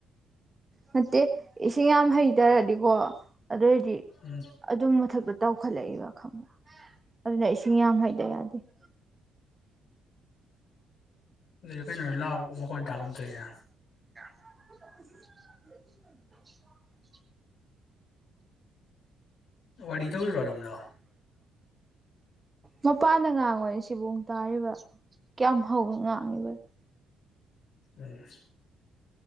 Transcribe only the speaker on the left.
ꯎꯝ
ꯎꯝ ꯀꯩꯅꯣ ꯂꯥꯎꯕ ꯃꯈꯣꯜ ꯇꯥꯒꯨꯝ ꯇꯧꯏꯅ
ꯋꯥꯔꯤ ꯇꯧꯔꯤꯔꯣ ꯑꯗꯣꯝꯗꯣ
ꯊꯦꯡꯁ <inaudible>